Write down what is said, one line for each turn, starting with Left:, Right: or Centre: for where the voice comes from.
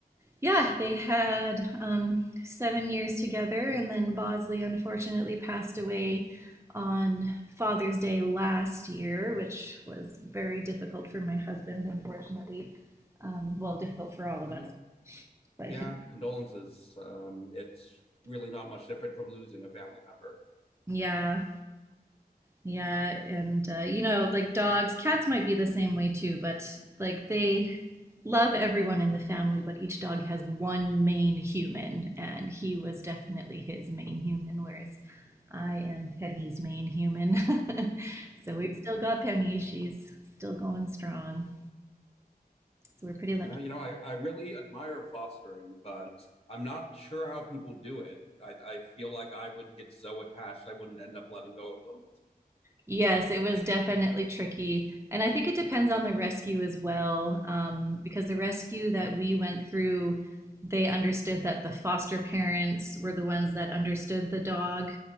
Right: yeah, they had um, seven years together, and then Bosley unfortunately passed away on Father's Day last year, which was very difficult for my husband, unfortunately. Um, well, difficult for all of
Left: Uh,
Right: us, but
Left: yeah,
Right: he,
Left: condolences. Um, it's really not much different from losing a family member.
Right: yeah, Yeah, and uh, you know, like dogs, cats might be the same way too, but like they love everyone in the family, but each dog has one main human, and he was definitely his main human, whereas I am Penny's main human. <laughs> So
Left: Mm.
Right: we've still got Penny. She's still going strong. So we're pretty lucky.
Left: Uh, you know, I, I really admire fostering, but I'm not sure how people do it. I, I feel like I would get so attached, I wouldn't end up letting go of them.
Right: Yes, it was definitely tricky. And I think it depends on the rescue as well, um, because the rescue that we went through, they understood that the foster parents were the ones that understood the dog